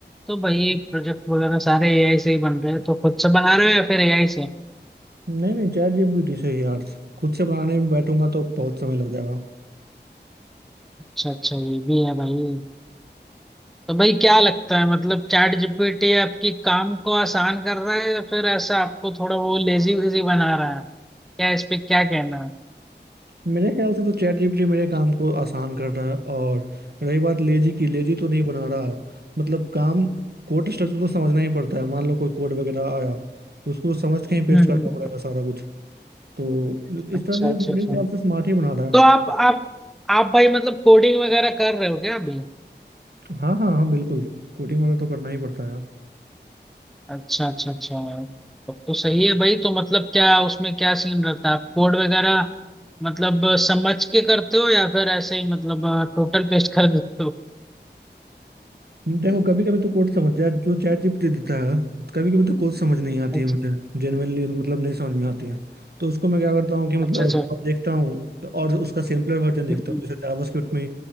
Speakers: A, in the centre; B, on the right.
A: तो भाई प्रोजेक्ट वगैरह सारे एआई से ही बन रहे हैं तो खुद से बना रहे हो या फिर एआई से
B: नहीं नहीं चैट जीपीटी से ही यार खुद से बनाने में बैठूंगा तो बहुत समय लग जाएगा
A: अच्छा अच्छा ये भी है भाई तो भाई क्या लगता है मतलब चैट जीपीटी आपकी काम को आसान कर रहा है या फिर ऐसा आपको थोड़ा वो लेजी वेजी बना रहा है क्या इस पे क्या कहना है
B: मेरे ख्याल से तो चैट जीपीटी मेरे काम को आसान कर रहा है और रही बात लेजी की लेजी तो नहीं बना रहा मतलब काम कोड स्ट्रक्चर तो समझना ही पड़ता है मान लो कोई कोड वगैरह आया तो उसको तो समझ के ही पेस्ट
A: हम्म
B: करना
A: हम्म।
B: पड़ेगा सारा कुछ तो इस
A: अच्छा
B: तरह
A: अच्छा
B: से मेरे
A: अच्छा
B: ख्याल से स्मार्ट ही बना रहा है
A: तो आप आप आप भाई मतलब कोडिंग वगैरह कर रहे हो क्या अभी
B: हाँ हाँ हाँ बिल्कुल कोडिंग वगैरह तो करना ही पड़ता है यार
A: अच्छा अच्छा अच्छा तब तो सही है भाई तो मतलब क्या उसमें क्या सीन रहता है आप कोड वगैरह मतलब समझ के करते हो या फिर ऐसे ही मतलब टोटल पेस्ट कर देते हो
B: देखो कभी कभी तो कोड समझ जाए जो चैट जीपीटी देता है कभी कभी तो कोड समझ नहीं आती
A: अच्छा
B: है मुझे जेनुअनली मतलब नहीं समझ में आती है तो उसको मैं क्या करता हूँ कि मतलब
A: अच्छा अच्छा
B: देखता हूँ और उसका सिंपलर वर्जन देखता
A: हम्म,
B: हूँ जैसे जावास्क्रिप्ट में